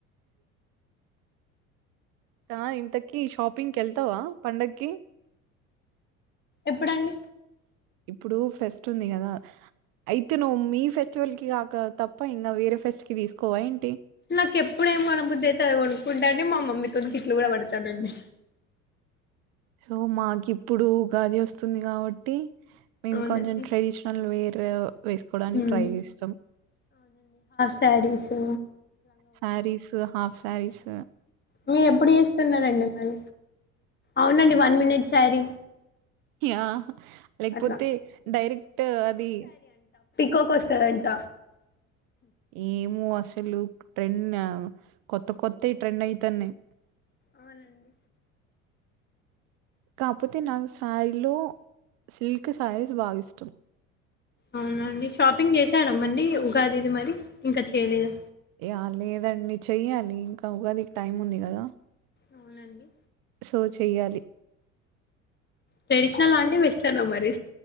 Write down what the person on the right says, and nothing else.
తా ఇంతకీ షాపింగ్ కెల్తావా పండక్కి
ఇప్పుడు ఫెస్ట్ ఉంది గదా అయితే నువ్వు మీ ఫెస్టివల్ కి కాక తప్ప ఇంకా వేరే ఫెస్ట్ కి తీసుకోవా ఏంటి
సో మాకి ఇప్పుడు ఉగాది వస్తుంది కాబట్టి మేం
కొంచెం ట్రెడిషనల్ వేర్ తఒ వేసుకోవడానికి
ట్రై చేస్తాం.
సారీస్ హాఫ్స్ చారిస్
ఆ లేకపోతే
డైరెక్ట్ అది
ఏమో అస్ లు ట్రెండ్ కొత్త కొత్తవి ట్రెండ్ అయితన్నాయ్
కాకపోతే నాకు శారీలో సిల్క్ శారీస్ బాగా ఇష్టం.
యా లేదండి చెయ్యాలి. ఇంకా ఉగాదికి టైం ఉంది కదా!
సో చెయ్యాలి